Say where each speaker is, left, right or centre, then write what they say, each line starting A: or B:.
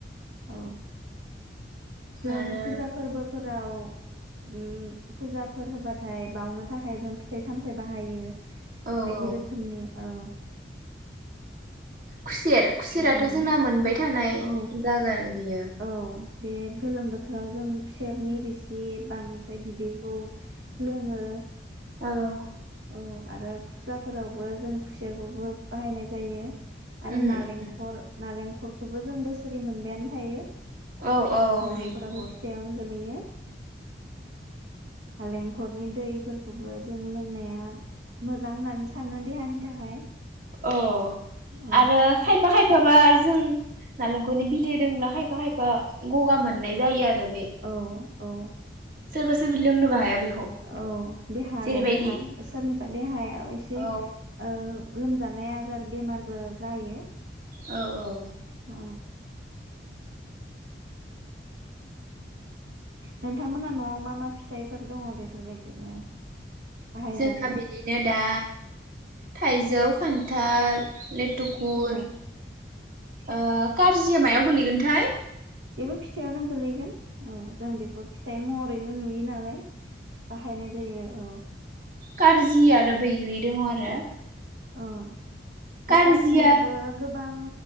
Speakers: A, on the right; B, on the right.
A: औ जों
B: आरो
A: फुजा फोरबो फोराव उम फुजाफोर होबाथाय बावनो थाखाय जों फिथाइ सामथाइ बाहायो बायदि
B: औ औ
A: रोखोमनि औ
B: खुसेर खुसेराथ
A: बेखौनो
B: जोंना मोनबाय थानाय
A: औ
B: जागोन बेयो
A: औ बे गोलोम बोथोराव जों खुेरनि रोसि एसे बांद्राय बिदैखौ लोङो
B: औ
A: औ आरो फुजाफोरावबो जों खुसेरखौबो बाहायनाय जायो आरो
B: उम
A: नालेंखर
B: उम
A: नालेंख नख'रखोबो जों बोसोरै मोनबायानो थायो।
B: औ औ
A: नालेंख'राबो
B: बेखौबो
A: फिथायावनो गोलैयो। नालेंखरनि दैफोरखौबो जों लोंनाया मोजां होननानै सानना देहानि थाखाय
B: अह
A: औ
B: आरो खायफा खायफाबा जों नालेंख'नि बिदै दोंब्ला खायफा खायफा गगा मोननाय जायो आरो बे
A: औ औ
B: सोरबा सोरबि लोंनोबो हाया बेखौ
A: औ देहालाय
B: जेरैबायदि
A: देहा सोरनिबा देहाया एसे
B: औ
A: ओ लोमजा नाय आजार बेमारबो जायो।
B: औ औ
A: ओ नोंथांमोनहा न'आव मा मा फिथाइफोर दङ' बेफोरबायदिनो बाहायजानाय
B: जोंहा बिदिनो दा थाइजौ खान्थाल लेथ थुकुर
A: औ
B: ओ कारजिया मायाव गोलैगोनथाय?
A: बेबो फिथायावनो गोलैगोन। औ जों बेखौ फिथाइ महरैनो नु बे नालाय बाहायनाय जायो औ।
B: कार्जि आरो बैग्रि दङ' आरो
A: औ। बे
B: कारजिया
A: कार्जियाबो गो गोबां